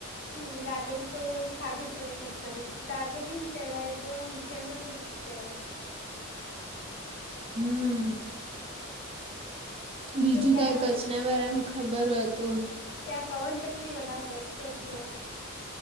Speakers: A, on the left; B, on the right.
A: હું દાબેલી તો ખાવી જ પડે. કચ્છમાં ડાબેલી પેડા એ તો ફેમસ છેના
B: હમ બીજું
A: હવે ત્યાં
B: કઈ કચ્છના બરામાં ખબર હોય તો
A: ત્યાં પવનચક્કી વધારે હોય કચ્છમાં